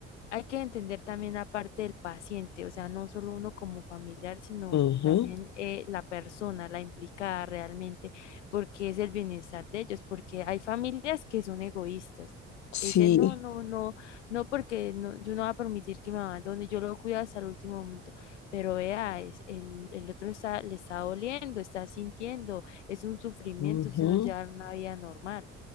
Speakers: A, on the left; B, on the left.
A: hay que entender también la parte del paciente, o sea, no solo uno como familiar, sino
B: Ujú,
A: también eh, la persona, la implicada realmente, porque es el bienestar de ellos, porque hay familias que son egoístas,
B: Sí.
A: que dicen, no, no, no, no, porque no, yo no voy a permitir que me abandone, yo lo cuido hasta el último momento, pero vea, es, el, el otro está, le está doliendo, está sintiendo, es un sufrimiento,
B: ujú.
A: usted no lleva una vida normal.